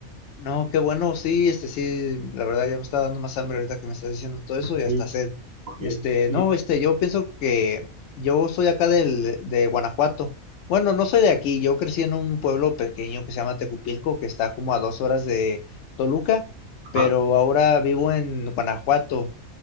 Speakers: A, on the left; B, on the right.
A: No, qué bueno, sí, este sí, la verdad ya me está dando más hambre ahorita que me estás diciendo todo eso y
B: Sí.
A: hasta sed.
B: Ok.
A: Este,
B: Y,
A: no, este, yo pienso que yo soy acá del, de Guanajuato. Bueno, no soy de aquí, yo crecí en un pueblo pequeño que se llama Tecupilco, que está como a dos horas de Toluca, pero
B: ajá.
A: ahora vivo en Guanajuato.